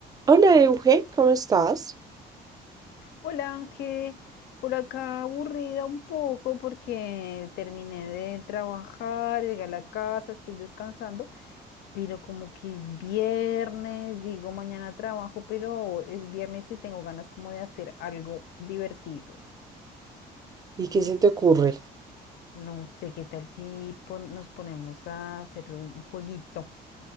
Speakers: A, on the right; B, on the left.
A: Hola Euge, ¿cómo estás?
B: Hola Ángel, por acá aburrida un poco porque terminé de trabajar, llegué a la casa, estoy descansando, pero como que viernes, digo mañana trabajo, pero es viernes y tengo ganas como de hacer algo divertido.
A: ¿Y qué se te ocurre?
B: No sé qué tal si pon- nos ponemos a hacer un jueguito